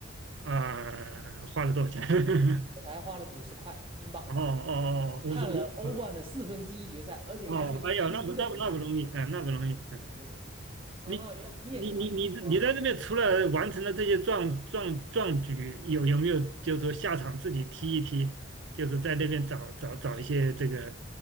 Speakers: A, on the right (about 65°); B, on the right (about 25°).
A: 啊！花了多少钱？<laughs>
B: 我才花了五十块英镑，
A: 哦哦哦，五十五啊！
B: 看了 <laughs> 欧冠的四分之一决赛，而且还是梅西的比赛。
A: 哦，哎呀，那不那不那不容易，哎，那不容易，嗯。
B: 对，哦，
A: 你你你你你在这边除了完成了这些壮壮壮举，
B: 原来你也喜欢足球啊？
A: 有有没有就是说下场自己踢一踢，就是在那边找找找一些这个